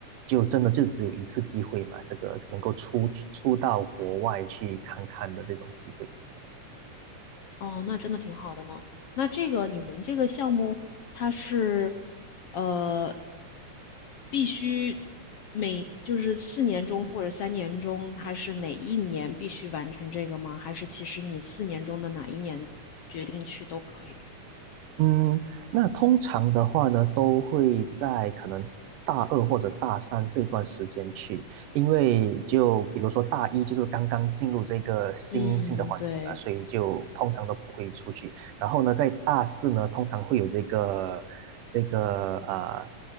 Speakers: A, on the right (about 85°); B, on the left (about 70°).
A: 就真的就只有一次机会嘛，这个能够出去出到国外去看看的这种机会。
B: 哦，那真的挺好的呢。那这个你们这个项目，它是呃必须每就是四年中或者三年中，它是哪一年必须完成这个吗？还是其实你四年中的哪一年决定去都可以？
A: 嗯，那通常的话呢，都会在可能大二或者大三这一段时间去，因为就比如说大一就是刚刚进入这个新新的环境啊，
B: 嗯，对，
A: 所以就通常都不会出去。然后呢，在大四呢，通常会有这个这个呃